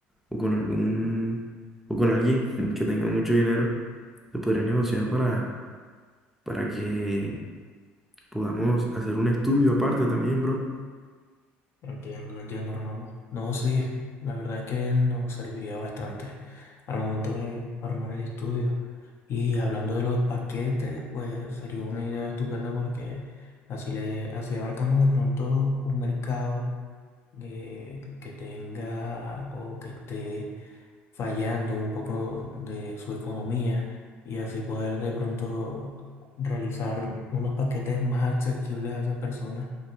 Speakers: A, in the centre; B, on the left.
A: o con algún o con alguien <laughs> que tenga mucho dinero. Se podría negociar para, para que podamos hacer un estudio aparte también, bro.
B: Entiendo, entiendo, hermano. No, sí, la verdad es que nos serviría bastante al momento de armar el estudio. Y hablando de los paquetes, pues sería una idea estupenda porque así le, así abarcamos de pronto un mercado eh, que tenga o que esté fallando un poco de su economía y así poder de pronto realizar unos paquetes más asequibles a esas personas